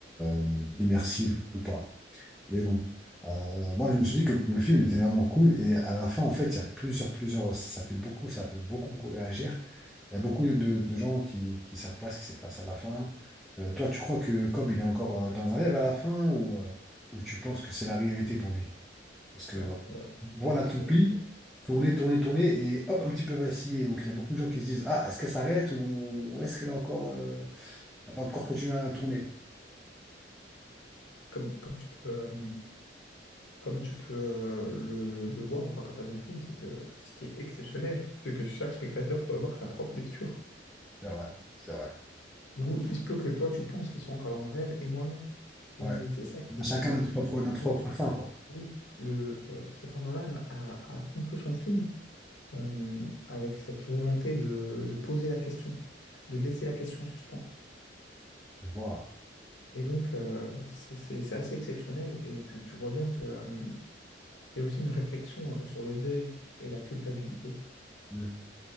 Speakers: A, in the centre; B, on the left.
A: euh, immersive ou pas? Mais bon, Euh, moi je me suis dit que le film il était vraiment cool et à la fin en fait il y a plusieurs plusieurs ça, ça fait beaucoup ça fait beaucoup beaucoup réagir. Il y a beaucoup de, de gens qui qui savent pas ce qui s'est passé à la fin. Euh, toi tu crois que Cobb il est encore euh, dans un rêve à la fin ou euh, ou tu penses que c'est la réalité pour lui? Parce que
B: Alors,
A: euh,
B: euh,
A: voilà toupie
B: euh,
A: tourner tourner tourner et hop un petit peu vaciller. Donc il y a beaucoup de gens qui se disent ah est-ce qu'elle s'arrête ou, ou est-ce qu'elle est encore euh, elle va encore continuer à tourner?
B: comme, comme tu peux, euh, comme tu peux euh, le, le- le voir, enfin, quand tu as vu le film, c'est que ce qui est exceptionnel, c'est que chaque spectateur peut avoir sa propre lecture.
A: C'est vrai, c'est vrai.
B: Du coup, il se peut que toi, tu penses qu'ils sont encore dans un rêve et moi, non. Et
A: Ouais.
B: c'est ça qui,
A: On a
B: est
A: chacun
B: qui est magique.
A: notre propre notre
B: Bon,
A: propre fin quoi.
B: oui, le, euh, Christopher Nolan a a construit son film. euh, avec cette volonté de, de poser la question, de laisser la question en suspens.
A: Je vois.
B: Et donc, euh, c'est c'est- c'est assez exceptionnel. Et puis, tu vois bien que, euh, il y a aussi une réflexion euh, sur le deuil et la culpabilité.
A: Mhm.